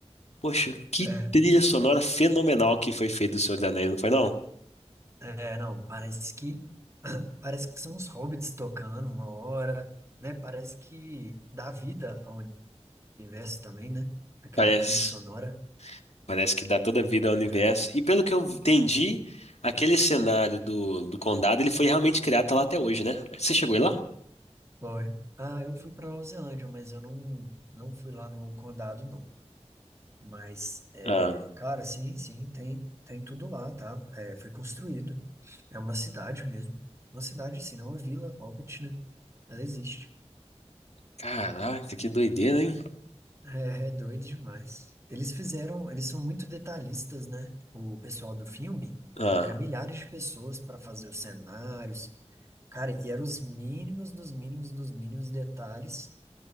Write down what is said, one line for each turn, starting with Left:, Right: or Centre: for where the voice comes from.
Left: Poxa, que
Right: é,
Left: trilha sonora fenomenal que foi feita do Senhor dos Anéis, não foi não?
Right: é, é, não, parece que, <coughs> <clears throat> parece que são os hobbits tocando uma hora, né, parece que dá vida a um universo também, né? Aquela
Left: Parece.
Right: trilha sonora.
Left: Parece que dá toda vida ao universo.
Right: É.
Left: E pelo que eu entendi, aquele cenário do, do condado, ele foi realmente criado, tá lá até hoje, né? Você chegou aí lá?
Right: Foi. Ah, eu fui pra Nova Zelândia, mas eu não, não fui lá no condado, não. Mas, é,
Left: Ah,
Right: cara, sim, sim, tem, tem tudo lá, tá? É, foi construído. É uma cidade mesmo. Uma cidade, sim, não é uma vila, Hobbit, né? Ela existe.
Left: caraca, que doideira, hein?
Right: É, é doido demais. Eles fizeram, eles são muito detalhistas, né? O pessoal do filme
Left: Ah,
Right: era milhares de pessoas para fazer os cenários. Cara, e eram os mínimos dos mínimos dos mínimos detalhes